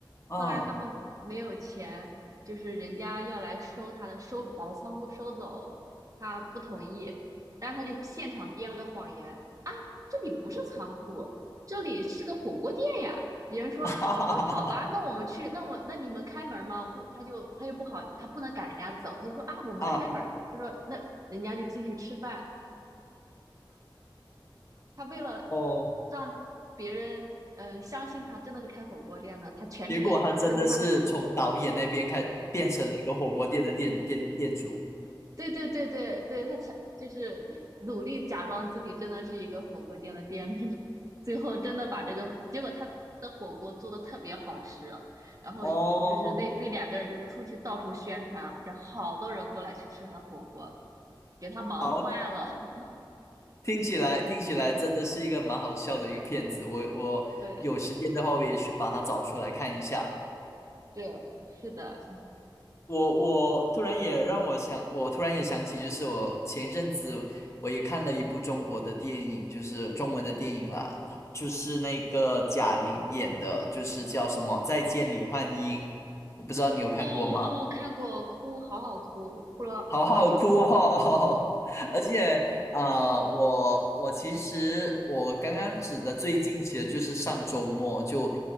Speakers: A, on the left; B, on the right.
A: 嗯，
B: 后来他们没有钱，
A: <laughs>
B: 就是人家要来收他的收，把他仓库收走，他不同意，但是他就现场编了个谎言，这里不是仓库，这里是个火锅店呀。”别人说：
A: 哈哈哈哈
B: “那好吧，那我们去，那我那你们开门吗？”我说：“他就他就不好，他不能赶人家走，他就说啊，我们开门。”他说：
A: 啊，
B: “那人家就进去吃饭。”他为了
A: 哦，
B: 让别人嗯、呃相信他真的是开火锅店的，他全程跟他
A: 结果他真的是从导演那边开变成了一个火锅店的店店店主。
B: 对对对对对，他强就是努力假装自己真的是一个火锅店的店主，最后真的把这个结果他的火锅做的特别好吃，然后就是那那两个人就出去到处宣传，
A: 哦，
B: 然后好多人过来去吃他的火锅，给他忙坏了。
A: 好，
B: <laughs>
A: 听起来听起来真的是一个蛮好笑的一个片子。我我有时间的话，
B: 对
A: 我也去把它找出来看一下。
B: 对，是的，
A: 我我突然也让我想，我突然也想起，就是我前一阵子我也看了一部中国的电影，就是中文的电影啦，它就是那个贾玲演的，就是叫什么《再见李焕英》，我不知道你有看过吗？
B: 哦哦，我看过，哭，好好哭，我哭了好久。
A: <laughs> 好好哭哦！<laughs> 而且，呃，
B: <laughs>
A: 我我其实我刚刚指的最近其实就是上周末，就